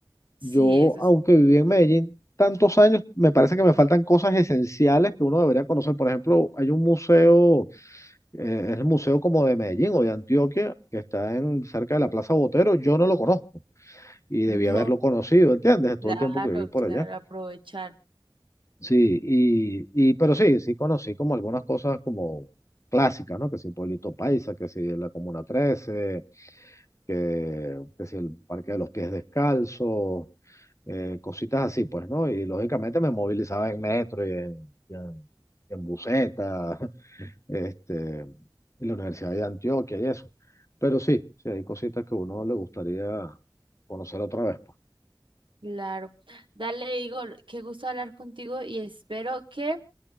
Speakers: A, on the right; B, on the left.
A: sí,
B: Yo,
A: eso
B: aunque viví en Medellín tantos años, me parece que me faltan cosas esenciales que uno debería conocer. Por ejemplo, hay un museo, eh, es el museo como de Medellín o de Antioquia, que está en, cerca de la Plaza Botero. Yo no lo conozco y debí
A: No,
B: haberlo conocido, ¿entiendes? De Todo
A: claro,
B: el tiempo que viví por
A: claro,
B: allá.
A: aprovechar.
B: Sí, y, y pero sí, sí conocí como algunas cosas como clásicas, ¿no? Que si Pueblito Paisa, que si la Comuna 13, que, que si el Parque de los Pies Descalzos eh, cositas así, pues, ¿no? Y lógicamente me movilizaba en metro y en, y en, y en buseta, <laughs> este, en la Universidad de Antioquia y eso. Pero sí, sí hay cositas que a uno le gustaría conocer otra vez, pues.
A: Claro. Dale, Igor, qué gusto hablar contigo y espero que